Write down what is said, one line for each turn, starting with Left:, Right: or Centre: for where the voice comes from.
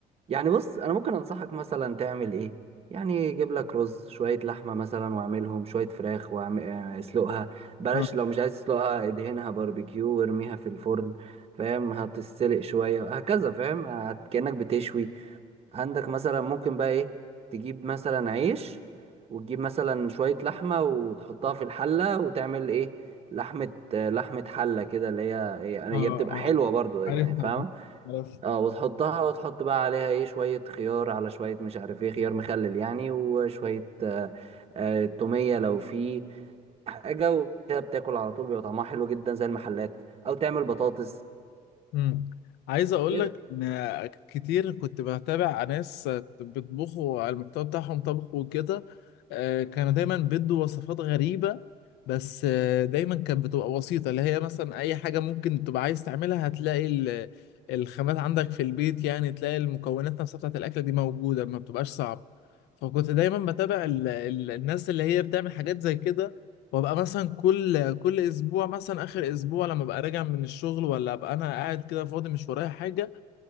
Right: يعني بص انا ممكن انصحك مثلا تعمل ايه يعني جيب لك رز شويه لحمه مثلا واعملهم شويه فراخ واسلقها بلاش
Left: اه
Right: لو مش عايز تسلقها ادهنها باربيكيو وارميها في الفرن فاهم هتتسلق شويه هكذا فاهم هت- كانك بتشوي عندك مثلا ممكن بقى ايه تجيب مثلا عيش وتجيب مثلا شويه لحمه وتحطها في الحله وتعمل ايه لحمه آه، لحمه حله كده اللي هي هي
Left: اه
Right: هي بتبقى
Left: اه
Right: حلوه برضو يعني
Left: عارفها
Right: فاهم
Left: دي عارفها.
Right: اه وتحطها وتحط بقى عليها ايه شوية خيار على شوية مش عارف ايه خيار مخلل يعني وشوية آه آه تومية لو في حاجة وكده بتاكل على طول بيبقى طعمها حلو جدا زي المحلات او تعمل بطاطس
Left: مم. عايز اقول
Right: كده
Left: لك ان كتير كنت بتابع ناس بيطبخوا على المحتوى بتاعهم طبخ وكده آه، كانوا دايما بيدوا وصفات غريبة بس آه، دايما كانت بتبقى بسيطة اللي هي مثلا اي حاجة ممكن تبقى عايز تعملها هتلاقي ال- الخامات عندك في البيت يعني تلاقي المكونات نفسها بتاعت الاكلة دي موجودة ما بتبقاش صعبة فكنت دايما بتابع ال- ال- الناس اللي هي بتعمل حاجات زي كده وابقى مثلا كل كل اسبوع مثلا اخر اسبوع لما ابقى راجع من الشغل ولا ابقى انا قاعد كده فاضي مش ورايا حاجه